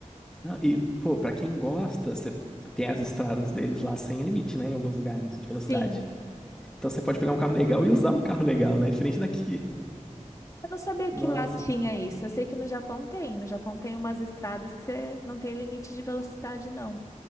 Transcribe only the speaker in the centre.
Não, E, pô, pra quem gosta, você tem as estradas deles lá sem limite, né? Em alguns lugares de velocidade.
Então você pode pegar um carro legal e usar o carro legal, né? Diferente daqui.
Nossa,